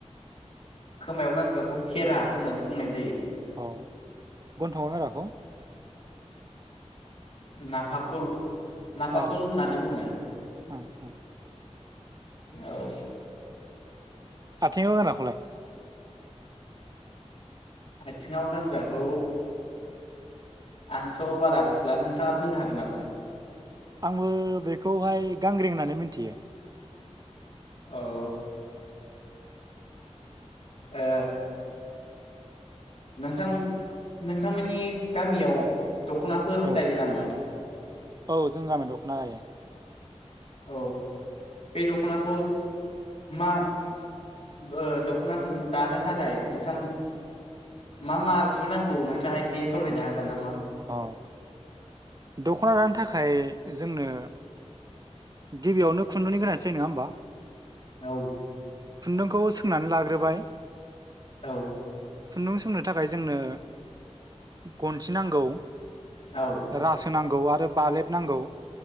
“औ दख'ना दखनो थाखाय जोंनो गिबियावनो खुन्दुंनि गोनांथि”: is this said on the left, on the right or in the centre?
Right